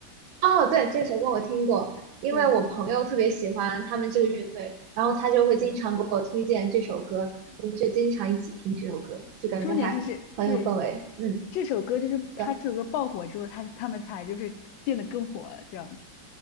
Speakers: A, on the right; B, on the left.
A: 哦，对，这首歌我听过，因为我朋友特别喜欢他们这个乐队，
B: 对，
A: 然后他就会经常给我推荐这首歌，
B: 对。
A: 我们就经常一起听这首歌，就感觉还很有氛围。
B: 重点是这对
A: 嗯，
B: 这首歌，就是他这首歌爆火之后，
A: 是的，
B: 他他们才就是变得更火了这样子。